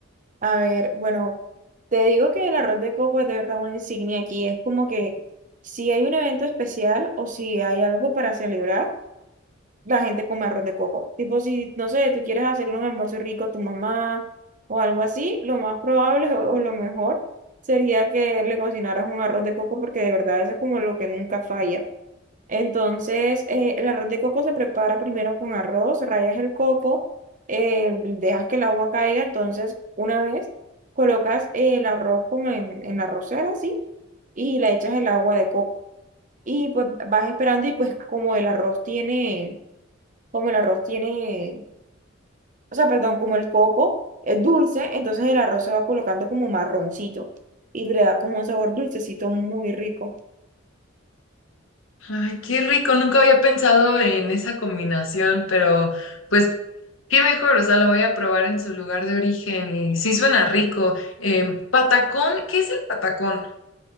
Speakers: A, on the right; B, on the left.
A: A ver, bueno, te digo que el arroz de coco es de verdad una insignia aquí. Es como que si hay un evento especial o si hay algo para celebrar. la gente come arroz de coco. Tipo, si, no sé, tú quieres hacerle un almuerzo rico a tu mamá o algo así, lo más probable o, o lo mejor sería que le cocinaras un arroz de coco porque de verdad eso es como lo que nunca falla. Entonces, eh, el arroz de coco se prepara primero con arroz, rayas el coco, eh, dejas que el agua caiga, entonces una vez colocas el arroz como en, en la arrocera, así, y le echas el agua de coco. Y pues vas esperando y pues como el arroz tiene como el arroz tiene, o sea, perdón, como el coco es dulce, entonces el arroz se va colocando como marroncito y le da como un sabor dulcecito muy rico.
B: Ay, qué rico, nunca había pensado en esa combinación, pero pues qué mejor, o sea, lo voy a probar en su lugar de origen y sí suena rico. Em, patacón, ¿qué es el patacón?